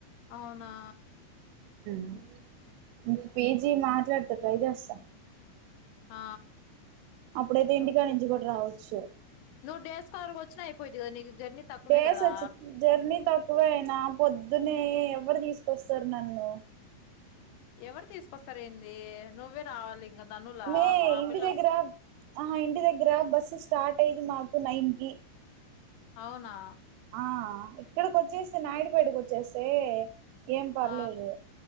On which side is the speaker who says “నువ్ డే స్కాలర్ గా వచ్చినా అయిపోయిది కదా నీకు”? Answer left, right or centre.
Left